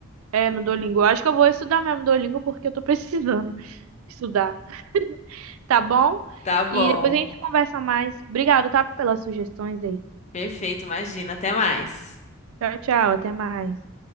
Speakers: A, on the right; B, on the left.
A: É, no Duolingo. Eu acho que eu vou estudar mesmo Duolingo porque eu tô precisando <laughs> estudar. <laughs> Tá bom?
B: Tá bom.
A: E depois a gente conversa mais. Obrigado, tá? Pelas sugestões aí.
B: Perfeito, imagina. Até mais.
A: Tchau, tchau. Até mais.